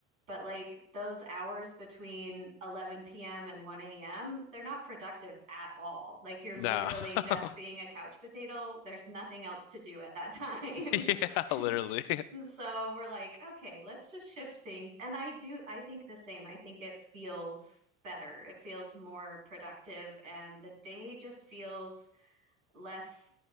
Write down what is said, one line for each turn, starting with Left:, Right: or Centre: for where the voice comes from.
Right: but like those hours between 11 p.m. and 1 a.m., they're not productive at all. Like you're
Left: No.
Right: literally
Left: <laughs>
Right: just being a couch potato. There's nothing else to do at that time.
Left: Yeah, literally.
Right: <laughs> So we're like, okay, let's just shift things. And I do, I think the same. I think it feels better. It feels more productive, and the day just feels less